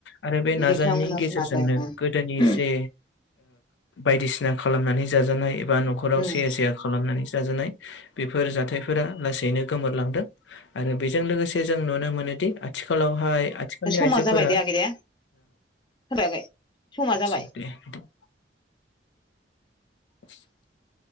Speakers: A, on the left; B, on the left.
A: आरो बे नाजानायनि
B: बिथांमोना
A: गेजेरजोंनो
B: बुङा जाया
A: गोदोनि
B: उम
A: जे बायदिसिना खालामनानै जाजानाय एबा न' खराव
B: उम
A: सैया सैया खालामनानै जाजानाय बेफोर जाथायफोरा लासैनो गोमोरलांदों आरो बेजों लोगोसे जों नुनो मोनो दि आथिखालावहाय आथिखालनि
B: समा
A: आइजोफोरा
B: जाबाय दे आगै दे खोनाबाय आगै समा
A: <unintelligible>
B: जाबाय
A: <unintelligible>